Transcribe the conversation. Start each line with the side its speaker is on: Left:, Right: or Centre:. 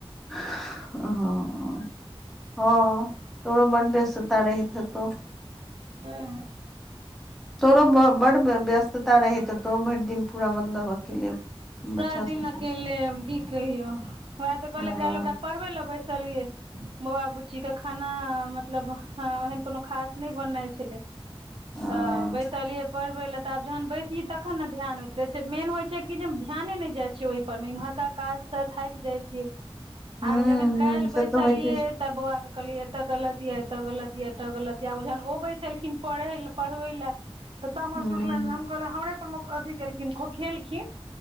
Centre: हां हाँ अ तोड़ो बन <unintelligible> बेसता रहत त
Right: ह्म्म
Centre: तोरो बड व्यस्तता रहेते हो, भरि दिन पूरा मतलब अकेले
Right: पूरा
Centre: बच्चा सब
Right: दिन अकेले की कहियौ, वैह त कहलिऔ
Centre: हँ
Right: काल्हि ओकरा पढ़बै ले बैसलियै बौआ बुच्चीके खाना मतलब हं ओहन कोनो खास नै बनै छलै। <inaudible>
Centre: हँ
Right: त बैसलिअइ पढ़बै ले आब जहन बैसही तखन ने धिआन होइत रहै छै, मेन होइ छै कि जे धियाने ने जाइ छै ओइ पर मे, इम्हरका काज सं थाकि जाइ छियै। <inaudible>
Centre: हूं
Right: आब जखन
Centre: हूं
Right: काल्हि बैसलियै
Centre: से तऽ होइते छै
Right: त बौआके कहलियै एत गलत या, एत गलत या, एत गलत या आ ओ जहन ओ बैसलखिन पढ़ै ल पढ़बै ले त तामस
Centre: हूं
Right: उठलनि, हम कहलिअइ हमरे परमे अथी केलखिन खोंखिएलखिन।